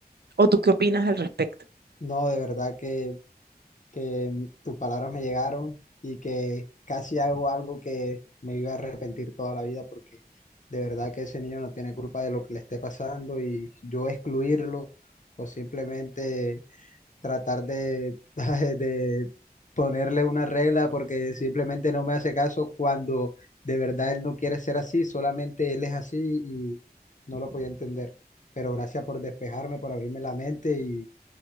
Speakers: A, on the right; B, on the left.
A: ¿O tú qué opinas al respecto?
B: no, de verdad que que mm, tus palabras me llegaron y que casi hago algo que me iba a arrepentir toda la vida porque de verdad que ese niño no tiene culpa de lo que le esté pasando y yo excluirlo o simplemente tratar de, <laughs> de ponerle una regla porque simplemente no me hace caso cuando de verdad él no quiere ser así, solamente él es así y no lo podía entender. Pero gracias por despejarme, por abrirme la mente y